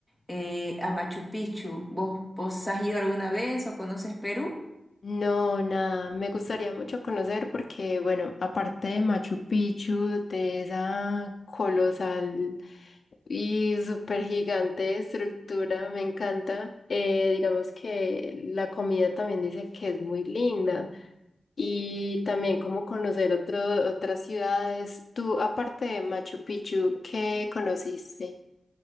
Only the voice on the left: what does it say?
No, nada, me gustaría mucho conocer porque, bueno, aparte de Machu Picchu, de esa colosal y súper gigante estructura, me encanta. eh, digamos que la comida también dice que es muy linda. Y también como conocer otro, otras ciudades. Tú, aparte de Machu Picchu, ¿qué conociste?